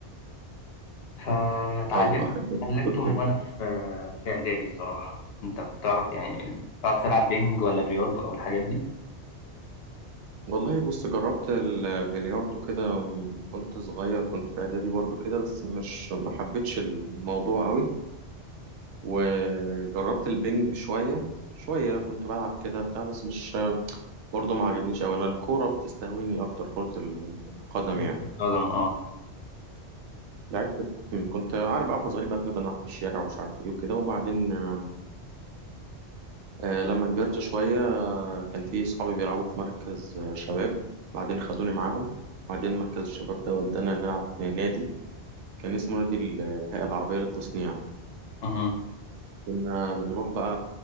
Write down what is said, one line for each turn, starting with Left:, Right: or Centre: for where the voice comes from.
Left: فتعلمت
Right: ايوه <laughs>
Left: اتعلمته من
Right: كنت
Left: وأنا في في إعدادي الصراحة أنت بتعرف يعني بتعرف تلعب بينج ولا بلياردو أو الحاجات دي؟
Right: والله بص جربت البلياردو كده م- كنت صغير كنت في اعدادي برضو كده بس مش ما حبيتش الموضوع قوي وجربت البينج شوية شوية كنت بلعب كده بتاع بس مش برضو ما عجبنيش قوي انا الكورة بتستهويني اكتر كرة القدم
Left: كرة
Right: يعني
Left: القدم اه
Right: لعبت في- كنت عارف بقى واحنا صغيرين بقى بنفضل نلعب في الشارع ومش عارف ايه وكده وبعدين آم، آه، لما كبرت شوية كان في صحابي بيلعبوا في مركز آه، شباب بعدين خدوني معاهم بعدين مركز الشباب ده ودانا نلعب في نادي كان اسمه نادي ال- الهيئة العربية للتصنيع
Left: مهم.
Right: كنا بنروح بقى